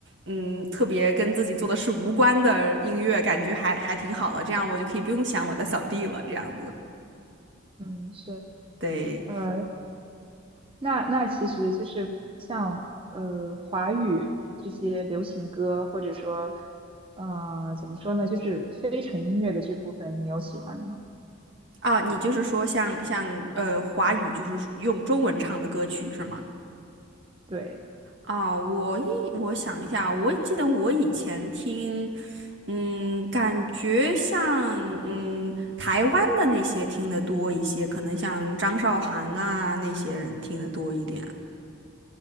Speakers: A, on the right; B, on the right.
A: 嗯，特别跟自己做的事无关的音乐，感觉还还挺好了。这样我就可以不用想我在扫地了，这样子。
B: <laughs> 嗯，是，
A: 对
B: 呃，那那其实就是像呃华语这些流行歌，或者说呃怎么说呢，就是非纯音乐的这部分，你有喜欢的吗？
A: 啊，你就是说像像呃华语就是用中文唱的歌曲是吗？
B: 对，
A: 哦，我一我想一下，我记得我以前听，嗯，感觉像嗯台湾的那些听得多一些，可能像张韶涵啊那些人听得多一点。